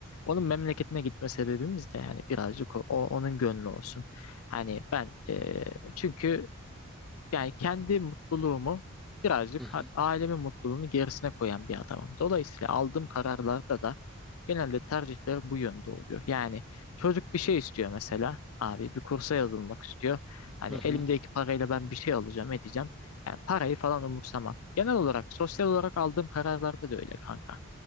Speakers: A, on the left; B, in the centre.
A: Onun memleketine gitme sebebimiz de yani birazcık o, o- onun gönlü olsun. Hani ben e, çünkü yani kendi mutluluğumu birazcık
B: hı hı,
A: ha- ailemin mutluluğunu gerisine koyan bir adamım. Dolayısıyla aldığım kararlarda da genelde tercihlerim bu yönde oluyor. Yani çocuk bir şey istiyor mesela. Abi bir kursa yazılmak istiyor. Hani
B: hı hı,
A: elimdeki parayla ben bir şey alacağım, edeceğim. Yani parayı falan umursamam. Genel olarak sosyal olarak aldığım kararlarda da öyle kanka.